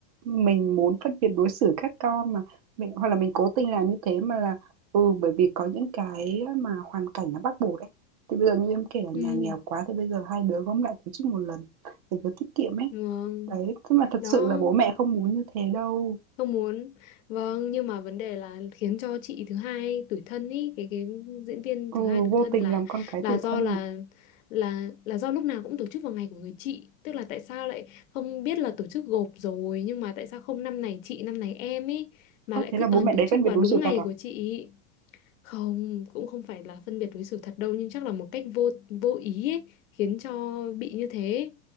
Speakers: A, on the right; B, on the left.
A: mình muốn phân biệt đối xử các con mà mình hoặc là mình cố tình làm như thế mà là ừ, bởi vì có những cái mà hoàn cảnh nó bắt buộc đấy Thì bây giờ như em kể là
B: ừ
A: nhà nghèo quá thì bây giờ hai đứa gom lại tổ chức một lần để vừa tiết kiệm ấy.
B: vâng.
A: Đấy, tức mà thật
B: đó
A: sự là bố mẹ không muốn như thế đâu.
B: không muốn vâng nhưng mà vấn đề là khiến cho chị thứ hai tủi thân ý cái cái diễn viên
A: Ừ,
B: thứ hai tủi
A: vô
B: thân
A: tình
B: là
A: làm con cái
B: là
A: tủi
B: do
A: thân
B: là
A: à?
B: là là do lúc nào cũng tổ chức vào ngày của người chị tức là tại sao lại không biết là tổ chức gộp rồi nhưng mà tại sao không năm này chị năm này em ý mà
A: Ơ,
B: lại
A: thế
B: cứ
A: là bố
B: toàn
A: mẹ
B: tổ
A: đấy
B: chức
A: phân
B: vào
A: biệt đối
B: đúng
A: xử
B: ngày
A: thật à?
B: của chị không, cũng không phải là phân biệt đối xử thật đâu nhưng chắc là một cách vô vô ý ấy, khiến cho bị như thế.